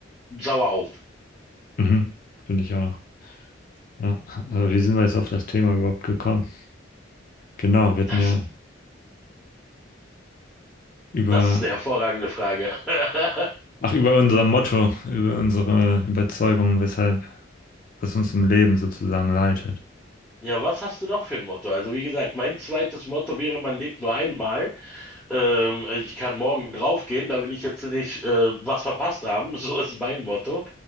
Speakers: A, in the centre; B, on the left.
A: sauer auf.
B: Mhm. Finde ich auch. Ja, aber wie sind wir jetzt auf das Thema überhaupt gekommen? Genau, wir hatten
A: Das,
B: ja über
A: das ist eine hervorragende Frage. <laughs>
B: Ach, über unser Motto, über unsere Überzeugung, weshalb, was uns im Leben sozusagen leitet.
A: Ja, was hast du noch für ein Motto? Also wie gesagt, mein zweites Motto wäre, man lebt nur einmal. Ähm, ich kann morgen draufgehen, da will ich jetzt nicht äh, was verpasst haben. <laughs> So ist mein Motto.